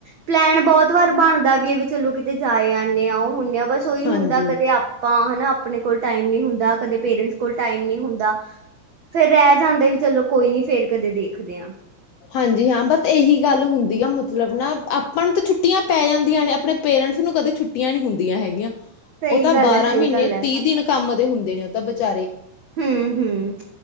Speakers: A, on the right; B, on the left.
A: ਪਲੈਨ ਬਹੁਤ ਵਾਰ ਬਣਦਾ ਵੀ ਐ ਵੀ ਚਲੋ, ਕਿਤੇ ਜਾ ਏ ਆਣੇ ਆ ਉਹ ਹੁੰਦੇ ਆ, ਬਸ ਉਹੀ
B: ਹਾਂਜੀ
A: ਹੁੰਦਾ। ਕਦੇ ਆਪਾਂ ਹਨਾ ਆਪਣੇ ਕੋਲ ਟਾਈਮ ਨਹੀਂ ਹੁੰਦਾ, ਕਦੇ ਪੇਰੈਂਟਸ ਕੋਲ ਟਾਈਮ ਨੀ ਹੁੰਦਾ, ਫੇਰ ਰਹਿ ਜਾਂਦੇ ਵੀ ਚਲੋ ਕੋਈ ਨੀ ਫੇਰ ਕਦੇ ਦੇਖਦੇ ਆਂ।
B: ਹਾਂਜੀ ਹਾਂ, ਬਸ ਇਹੀ ਗੱਲ ਹੁੰਦੀ ਆ ਮਤਲਬ ਨਾ, ਆਪਾਂ ਨੂੰ ਤਾਂ ਛੁੱਟੀਆਂ ਪੈ ਜਾਂਦੀਆਂ ਨੇ ਆਪਣੇ। ਪੇਰੈਂਟਸ ਨੂੰ ਕਦੇ ਛੁੱਟੀਆਂ ਨੀ ਹੁੰਦੀਆਂ ਹੈਗੀਆਂ,
A: ਸਹੀ
B: ਉਹ ਤਾਂ
A: ਗੱਲ
B: ਬਾਰਾਂ
A: ਹੈ ਸਹੀ
B: ਮਹੀਨੇ
A: ਗੱਲ ਹੈ
B: ਤੀਹ ਦਿਨ ਕੰਮ ਤੇ ਹੁੰਦੇ ਨੇ, ਉਹ ਤਾਂ ਬੇਚਾਰੇ
A: ਹੂੰ ਹੂੰ,